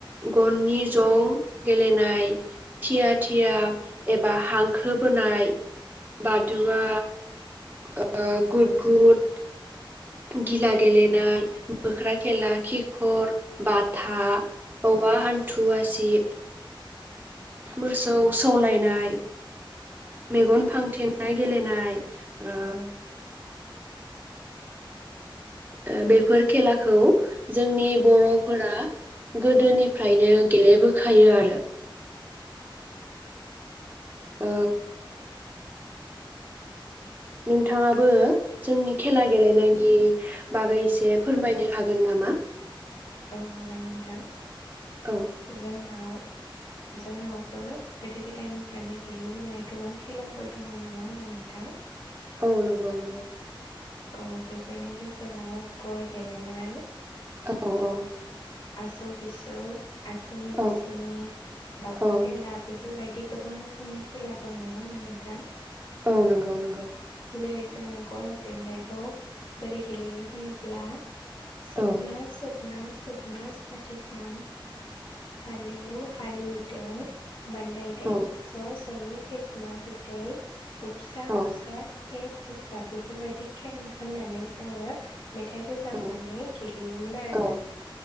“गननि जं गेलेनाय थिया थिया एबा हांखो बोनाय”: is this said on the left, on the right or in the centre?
Right